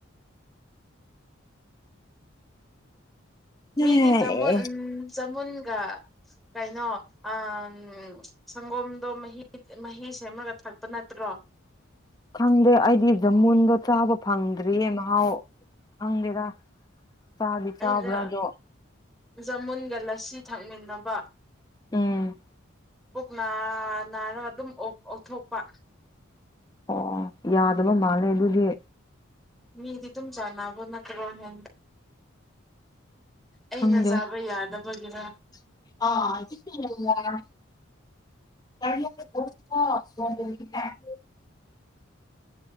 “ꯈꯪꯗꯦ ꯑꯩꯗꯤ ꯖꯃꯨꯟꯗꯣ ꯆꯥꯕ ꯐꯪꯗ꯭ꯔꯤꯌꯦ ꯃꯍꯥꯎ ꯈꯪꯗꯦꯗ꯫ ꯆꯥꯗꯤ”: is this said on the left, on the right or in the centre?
Left